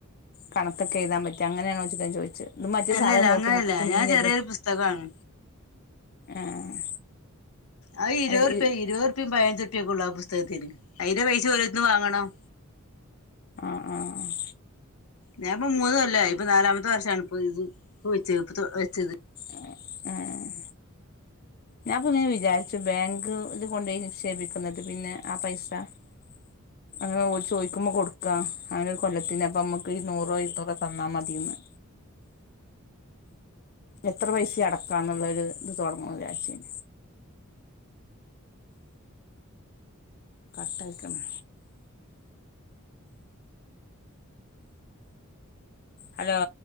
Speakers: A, on the left; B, on the left.
A: കണക്കൊക്കെ എഴുതാൻ പറ്റ അങ്ങനെയണോ ചിട്ട ചോദിച്ച. അഹ്! മറ്റേ
B: അല്ലല്ല
A: സാധ നോട്ട്
B: അങ്ങനെയല്ല
A: ബുക്ക് കുഞ്
B: ഞാൻ ചെറിയൊരു
A: ത്.
B: പുസ്തകാണ്
A: ആഹ്!
B: അഹ്! ഇരുപ
A: ആഹ്
B: റുപ്യ ഇരുപത്റുപ്യയും പതിനഞ്ച്റുപ്യക്കൊള്ള ആഹ് പുസ്തകത്തിന്. അതിന്റെ പൈസ ഓരട്ത്ന്ന് വാങ്ങണം.
A: ആഹ്! ആഹ്! ആഹ്!
B: ഞാപ്പ മൂന്നു കൊല്ലായി. പ്പൊ നാലാമത്തെ വർഷാണ് പ്പ ഇത് വെച്ചത് ഇ വെച്ചത്.
A: എഹ്! ഏഹ്! ഞാൻപ്പൊ ഇങ്ങനെ വിചാരിച്ചു. ബാങ്ക് ഇത് കൊണ്ടൊയി നിക്ഷേപിക്കുന്നത് പിന്നെ ആഹ് പൈസ <inaudible> അങ്ങനെ ഓല് ചോദിക്കുമ്പോ കൊടുക്കാ. അങ്ങനെ കൊല്ലത്തിന് അപ്പം മക്ക് ഈ നൂറോ ഇരുന്നൂറോ തന്നാ മതിന്ന്. എത്ര പൈസിം അടക്കാം എന്നുള്ളൊരു ഇത് തുടങ്ങു വിചാരിച്ണ്. കട്ടയക്കണം. ഹലോ.